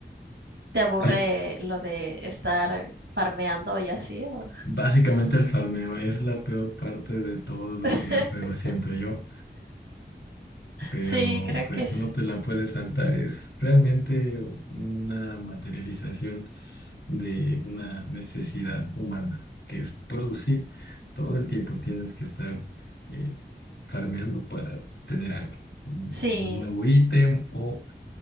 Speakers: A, on the right; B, on the left.
A: te aburre
B: Sí,
A: lo de estar farmeando y así. o-
B: básicamente el farmeo es la peor parte de todos los
A: <laughs>
B: videojuegos, siento yo. pero
A: Sí, creo
B: pues
A: que es.
B: no te la puedes saltar. Es realmente una materialización de una necesidad humana, que es producir. Todo el tiempo tienes que estar eh, farmeando para tener algo, un
A: Sí,
B: un nuevo ítem o